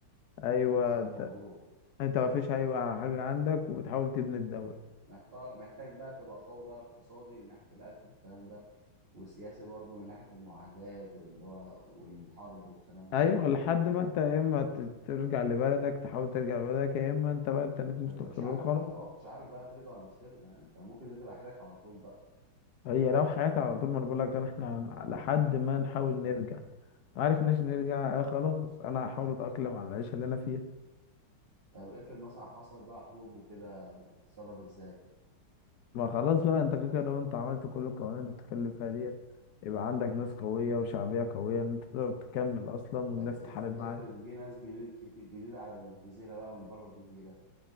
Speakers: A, on the left (about 70°); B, on the right (about 30°).
A: ايوه
B: هي نفس الموضوع
A: انت انت ما فيش ايوه حاجة عندك وبتحاول تبني الدولة
B: محتار محتاج بقى تبقى قوي بقى اقتصادي من ناحية الأكل والكلام ده وسياسي برضه من ناحية المعاهدات واللي هو والحرب والكلام
A: ايوه
B: كده
A: لحد ما انت يا اما ت- ترجع لبلدك تحاول ترجع لبلدك يا اما انت بقى تنك مستقر
B: ما انت مش عارف
A: خالص
B: بقى انت ما كنتش عارف بقى ترجع ولا مش ترجع انت ممكن دي تبقى حياتك على طول بقى
A: هي لو حياتي على طول ما انا بقول لك انا احنا لحد ما نحاول نرجع ما عرفناش نرجع آه خلاص انا هحاول اتاقلم على العيشه اللي انا فيها
B: طب افرض مثلا حصل بقى حروب وكده تتصرف ازاي
A: ما خلاص بقى انت كده كده لو انت عملت كل القوانين اللي بتتكلم فيها ديت يبقى عندك ناس قويه وشعبيه قويه ان انت تقدر تكمل اصلا والناس
B: طب اف-
A: تحارب
B: افرض
A: معاك
B: جه ناس جديد- كتير- جديدة على الجزيرة بقى من بره الجزيرة